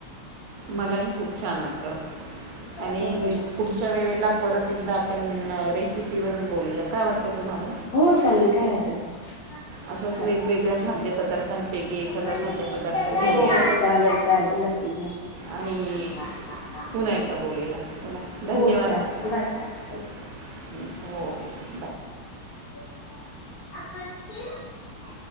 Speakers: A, on the right (about 75°); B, on the left (about 65°).
A: मलाही खूप छान वाटत, <inaudible> आणि
B: थँक्यू
A: निक पुढच्या वेळेला परत एकदा पण अ रेसिपीवरच बोलूया काय वाटतं तुम्हाला,
B: हो चालेल काय हरकत नाही. <inaudible>
A: अशाच
B: चाल,
A: वेगवेगळ्या खाद्यपदार्थांपैकी
B: <unintelligible>
A: एखादा
B: मम्मी
A: खाद्यपदार्थ
B: सर्व
A: घेऊया
B: ही पाय चालेल चालेल नक्की की नक्कीच,
A: आणि
B: <unintelligible>
A: पुन्हा एकदा बोलूया चला
B: हो
A: धन्यवाद.
B: चालेल
A: <inaudible>
B: बाय थँक्यू
A: <unintelligible> हो-हो,
B: <unintelligible> आपण खेऊ, <unintelligible>